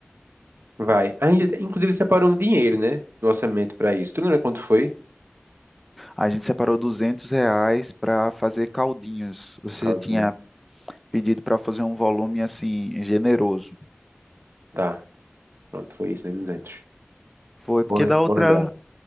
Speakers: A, on the right; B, in the centre.
A: Vai. A gente, inclusive, separou um dinheiro, né? Do orçamento para isso. Tu lembra quanto foi?
B: A gente separou 200 reais para fazer caldinhos. Você
A: Caldinho.
B: tinha pedido para fazer um volume assim generoso.
A: Tá, pronto, foi isso, né? duzentos.
B: Foi
A: Bom,
B: porque
A: lem-
B: da outra,
A: bom lembrar.